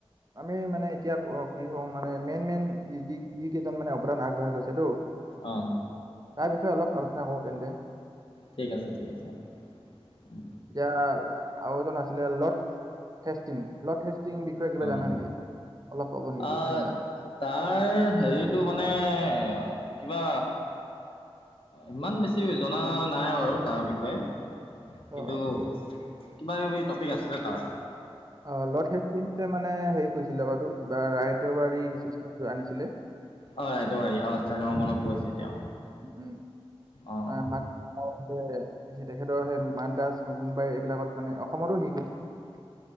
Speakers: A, on the right (about 40°); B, on the left (about 65°).
A: আমি মানে এতিয়া অ, কি হম মানে, মেইন মেইন যি-যি-যিকেইজন মানে অৱদান আগবঢ়াই গৈছেতো
B: অহ'
A: তাৰ বিষয়ে অলপ আলোচনা কৰো তেন্তে
B: ঠিক আছে, ঠিক আছে, অ', উম,
A: এতিয়া আৰু এজন আছিলে, লৰ্ড হেষ্টিং, লৰ্ড হেষ্ট ষ্টিং বিষয়ে কিবা
B: অঁ
A: জানা নেকি? অলপ ক'ব নেকি
B: অঁ
A: দুশাৰীমান?
B: তাৰ হেৰিটো মানে এ, কিবা ইমান বেছি জনা নাই বাৰু তাৰ বিষয়ে
A: অ
B: কিন্তু, কিবা কিবি টপিক আছিলে তাৰ।
A: অ', লৰ্ড হেষ্টিঙে মানে হেৰি কৰিছিলে, কি কয় এইটো কিবা ৰাই <unintelligible> বাৰী চিষ্টেমটো আনিছিলে।
B: অঁ ৰাইটবাৰী অঁ আচ্ছা অঁ মনত পৰিছে এতিয়া
A: উম,
B: অঁ
A: আমাক, অ', সেইটোৱে। সেই তেখেতৰ, সেই মাদ্ৰাজ, মুম্বাই এইবিলাকত মানে অসমতো হেৰি কৰিছিলে, <unintelligible>